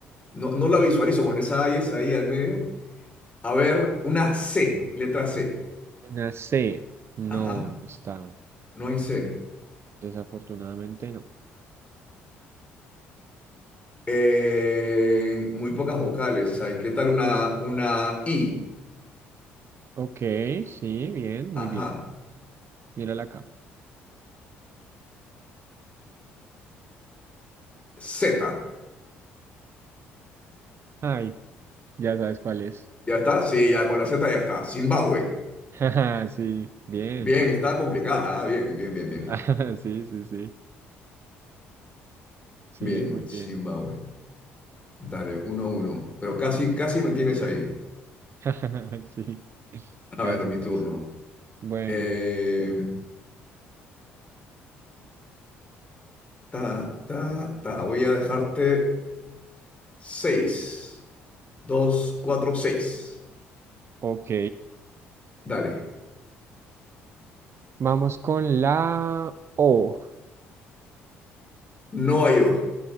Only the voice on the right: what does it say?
Una C, no,
no está.
Desafortunadamente no.
Ok, sí, bien, muy
bien. Mírala acá.
Ay, ya sabes cuál es.
<laughs> Sí, bien.
<laughs> Sí, sí, sí. Sí,
muy
bien.
<laughs> Sí, casi,
casi.
Bueno,
ok.
Vamos con la O.